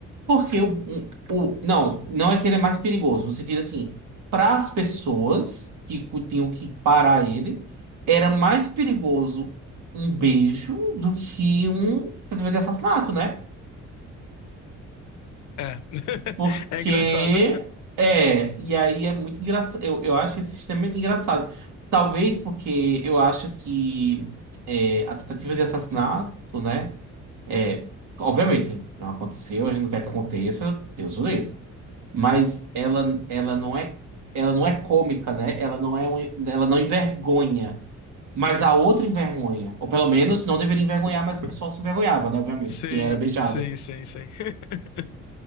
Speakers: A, on the right; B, on the left.
A: Porque o, o, não, não é que ele é mais perigoso, no sentido assim, para as pessoas que cu- tinham que parar ele, era mais perigoso um beijo do que um tentativa de assassinato, né?
B: É. <laughs>
A: Porque
B: É engraçado.
A: é, e aí é muito engraçado, eu, eu acho esse sistema muito engraçado. Talvez porque eu acho que é, a tentativa de assassinato, né? É, obviamente, não aconteceu, a gente não quer que aconteça, Deus o livre. mas ela, ela não é ela não é cômica, né? Ela não é um- ela não envergonha, mas a outra envergonha, ou pelo menos não deveria envergonhar, mas o pessoal se envergonhava, né? Obviamente,
B: Sim,
A: quem era beijado.
B: sim, sim, sim. <laughs>